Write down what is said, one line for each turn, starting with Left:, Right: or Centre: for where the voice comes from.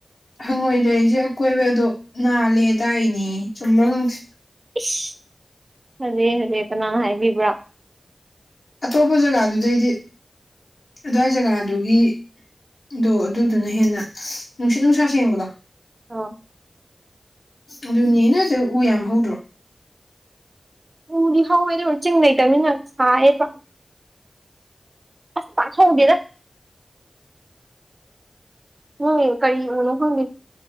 Left: ꯍꯪꯉꯣꯏ ꯂꯩꯔꯤꯁꯦ ꯑꯀꯣꯏꯕꯗꯣ ꯅꯥꯜꯂꯦ ꯇꯥꯛꯏꯅꯦꯌꯦ ꯆꯨꯝꯕ꯭ꯔꯥ ꯈꯪꯗꯦ
Right: ꯢꯁ ꯍꯥꯔꯦ ꯍꯥꯔꯦ ꯀꯅꯥꯅ ꯍꯥꯏꯕꯤꯕ꯭ꯔꯥ
Left: ꯑꯇꯣꯞꯄ ꯖꯒꯥꯗꯨꯗꯩꯗꯤ ꯑꯗꯨꯋꯥꯏ ꯖꯒꯥꯗꯨꯒꯤ ꯑꯗꯣ ꯑꯗꯨꯗꯨꯅ ꯍꯦꯟꯅ ꯅꯨꯡꯁꯤꯠ ꯅꯨꯡꯁꯥ ꯁꯦꯡꯕꯗꯣ
Right: ꯑꯣ
Left: ꯑꯗꯨꯅꯦ ꯅꯣꯢ ꯑꯗꯨ ꯎ ꯌꯥꯝ ꯍꯧꯗ꯭ꯔꯣ
Right: ꯎꯗꯤ ꯍꯧꯋꯦꯗꯨ ꯆꯤꯡ ꯂꯩꯇꯝꯅꯤꯅ ꯁꯥꯏꯌꯦꯕ ꯑꯁ ꯄꯥꯛ ꯍꯧꯗꯦꯗ ꯃꯣꯢ ꯀꯔꯤ ꯎ ꯅꯣ ꯈꯪꯗꯦ